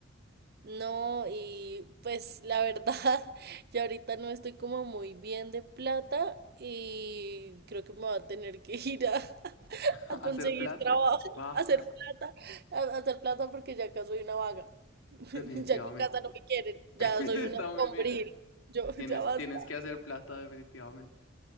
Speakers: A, on the right; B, on the left.
A: No, y pues la verdad, <laughs> yo ahorita no estoy como muy bien de plata y creo que me va a tener que <laughs> ir a,
B: <laughs> Hacer
A: a conseguir
B: plata,
A: trabajo, <laughs>
B: va,
A: a hacer plata, a, a hacer plata porque ya acá soy una vaga. <laughs>
B: definitivamente.
A: Ya en mi casa no me
B: <laughs>
A: quieren, ya
B: Está
A: soy una
B: muy
A: hombril.
B: bien, ah.
A: Yo, <laughs>
B: Tienes,
A: ya basta.
B: tienes que hacer plata definitivamente.